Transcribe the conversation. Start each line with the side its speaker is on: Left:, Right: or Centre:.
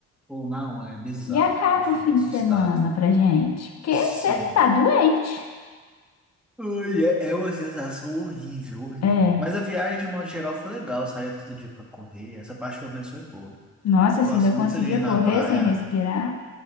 Centre: Ou não, é bizarro.
Left: E acaba
Centre: Eu fico
Left: o fim
Centre: assustado.
Left: de semana pra gente, porque
Centre: Sim.
Left: você tá doente.
Centre: Ai, é é uma sensação horrível, horrível.
Left: É,
Centre: Mas a viagem, de modo geral, foi legal. Saía todo dia pra correr. Essa parte, pelo menos, foi boa.
Left: nossa,
Centre: Eu gosto
Left: se ainda conseguia
Centre: muito de ir na
Left: correr
Centre: praia.
Left: sem respirar.